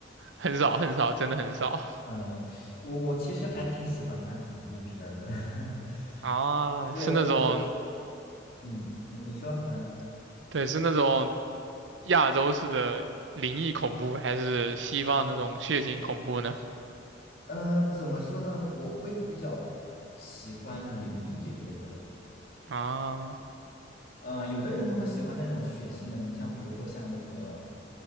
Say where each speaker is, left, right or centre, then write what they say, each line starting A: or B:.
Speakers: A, on the right; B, on the left.
A: 很少很少，真的很少
B: 嗯我我其实还挺喜欢看恐怖片儿的。<laughs>
A: <laughs> 啊，
B: 对，
A: 是那种。
B: 我我嗯，你你说嗯
A: <laughs> 对，是那种亚洲式的灵异恐怖，还是西方那种血腥恐怖呢？
B: 嗯，呃怎么说呢？我会比较喜欢灵异这一类的。
A: 啊，
B: 嗯、呃有的人他会喜欢那种血腥的，你像比如说像那个，